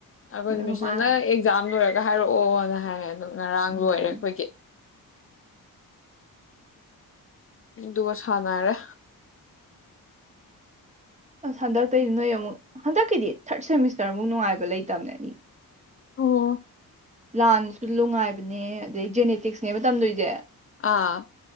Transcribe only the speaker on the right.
ꯑꯗꯨꯒ
ꯃꯥꯅ
ꯎꯝ
ꯑꯁ ꯍꯟꯗꯛꯇꯩꯒꯤꯗꯤ ꯅꯣꯏ ꯑꯃꯨꯛ ꯍꯟꯗꯛꯀꯤꯗꯤ ꯊꯥꯔꯠ ꯁꯦꯃꯤꯁꯇꯔ ꯑꯃꯨꯛ ꯅꯨꯡꯉꯥꯏꯕ ꯂꯩꯇꯕꯅꯦꯅꯤ
ꯂꯥꯟꯁꯨ ꯅꯨꯡꯉꯥꯏꯕꯅꯦ ꯑꯗꯩ ꯖꯦꯅꯦꯇꯤꯛꯁꯅꯦꯕ ꯇꯝꯗꯣꯏꯁꯦ